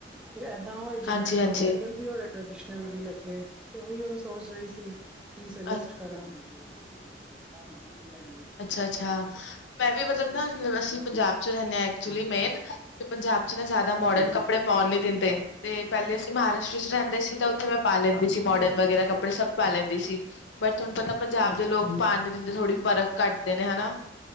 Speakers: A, in the centre; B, on the left.
A: ਕੁਝ ਏਦਾਂ ਹੋਏ ਜਿੱਦਾਂ
B: ਹਾਂਜੀ-ਹਾਂਜੀ।
A: ਚ ਕੰਫਰਟੇਬਲ ਵੀ ਹੋਏ। ਟ੍ਰਡੀਸ਼ਨਲ ਵੀ ਲੱਗੇ ਤੇ ਉਹੀ ਹੁਣ ਸੋਚ ਰਹੀ ਸੀ ਕੀ ਸੋਜਸਟ
B: ਅ
A: ਕਰਾਂ। ਉਹ ਵੀ ਅਸੀਂ।
B: ਅੱਛਾ-ਅੱਛਾ ਮੈਂ ਵੀ ਮਤਲਬ ਨਾ ਅਸੀਂ ਪੰਜਾਬ 'ਚ ਰਹਿਣੇ ਹਾਂ ਐਕਚੁਲੀ ਮੇ ਤੇ ਪੰਜ। ਪੰਜਾਬ 'ਚ ਨਾ ਜ਼ਿਆਦਾ ਮੋਡਰਨ ਕੱਪੜੇ ਪਾਉਣ ਨੀ ਦਿੰਦੇ ਤੇ ਪਹਿਲੇ ਅਸੀਂ ਮਹਾਰਾਸ਼ਟਰ ਚ ਰਹਿੰਦੇ ਸੀ, ਤਾਂ ਉੱਥੇ ਮੈਂ ਪਾ ਲੈਂਦੀ ਸੀ। ਮੋਡਰਨ ਵਗੈਰਾ ਕੱਪੜੇ ਸਭ ਪਾ ਲੈਂਦੀ ਸੀ ਬਟ ਤੁਹਾਨੂੰ ਪਤਾ ਪੰਜਾਬ ਦੇ ਲੋਕ ਪਾ ਨੀ ਦਿੰਦੇ ਥੋੜੀ ਪਰਖ। ਕੱਢਦੇ ਨੇ ਹਨਾ,